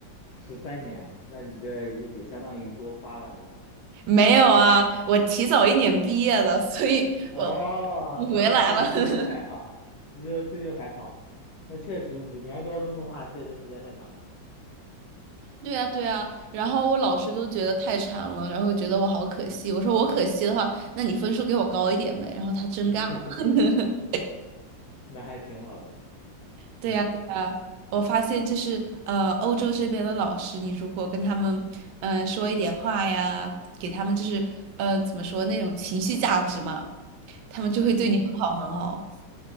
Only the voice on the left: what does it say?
十三年，那你这也也相当于多花了，对吧？
哦，
那那这这就还好，
这就这就还好。那确实，五年高中的话，确实时间太长了，
<laughs>
那还挺好的。
嗯
嗯，